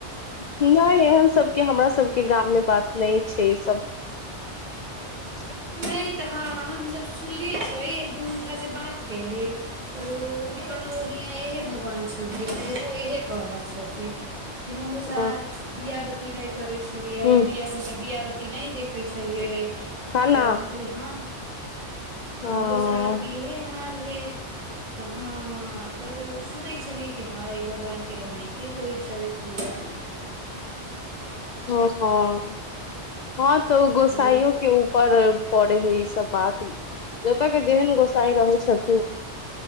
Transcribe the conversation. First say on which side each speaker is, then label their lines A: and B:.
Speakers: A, on the left; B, on the right.
A: नहि एहन सभके हमरा सभके गाम मे बात नहि छै ई सभ <inaudible>
B: तऽ ह हमस सुनलियै छलिय दू गोठास से बात केलियै तऽ ओ उठ कन हियँ एएह भगवान छलखन तऽ ओहो इएह कह रहल छथिन कि हमहूँ
A: ह
B: स दआ बताती नहि करै छलियै
A: ह
B: दिया हुनकर दआबताती नहि देखै छलियै तऽ
A: न
B: हम कहली हँ
A: ह
B: हमरो सर के इहे हाल है तऽ हँ तऽ सुनै छलियै। कि हँ भगवानके एनाहिते होइ छलै पूजा
A: हँ, हँ तऽ ओ गोसाईयो
B: ई
A: के ऊपर पड़े है ई सभ बात जतऽ के जेहन गोसाई रहै छथिन तऽ